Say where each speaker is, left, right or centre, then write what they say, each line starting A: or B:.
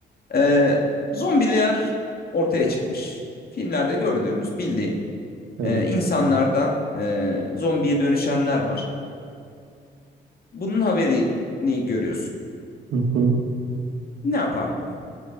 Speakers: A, on the left (about 50°); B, on the right (about 80°).
A: eee, zombiler ortaya çıkmış. Filmlerde gördüğümüz bildiğin.
B: Tamam.
A: e, insanlardan e, zombiye dönüşenler var. Bunun haberini görüyorsun.
B: Hı hı.
A: Ne yapardın?